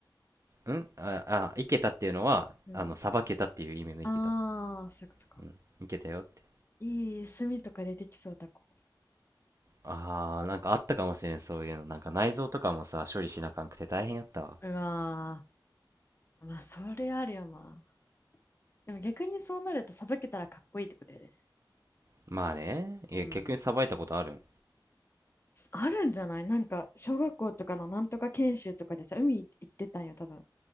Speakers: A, on the right (about 40°); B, on the left (about 30°).
A: んああ、いけたっていうのは、
B: うん。
A: あの、さばけたっていう意味のいけた。
B: ああ、そういうことか。
A: うん、いけたよって。
B: いい炭とか出てきそうタコ。
A: ああ、なんかあったかもしれん、そういうの。なんか内臓とかもさ、処理しなあかんくて大変やったわ。
B: うわー。まあ、それあるよな。でも逆にそうなるとさばけたらかっこいいってことやで。
A: まあね。いや、
B: うん。
A: 逆にさばいたことあるん
B: あるんじゃないなんか小学校とかのなんとか研修とかでさ海行ってたんよ多分。